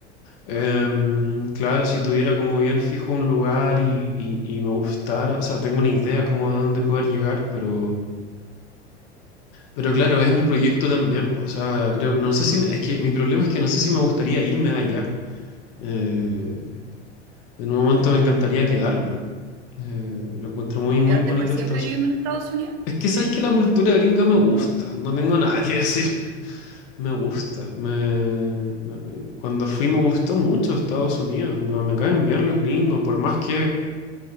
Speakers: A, on the left; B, on the right.
A: Em, claro, si tuviera como bien fijo un lugar y, y- y me gustara, o sea, tengo una idea como de dónde poder llegar, pero, pero claro, es un proyecto también, po, o sea, creo, no sé si, me- es que mi problema es que no sé si me gustaría irme de allá. Eh, en un momento me encantaría quedarme. Eh, lo encuentro muy,
B: como
A: muy
B: quedarte
A: bonito
B: por siempre
A: Estados
B: viviendo en Estados Unidos.
A: Es que sabéis que la cultura gringa me gusta, no tengo nada que decir. Me gusta. Me... Cuando fui me gustó mucho Estados Unidos. Me, me caen bien los gringos, por más que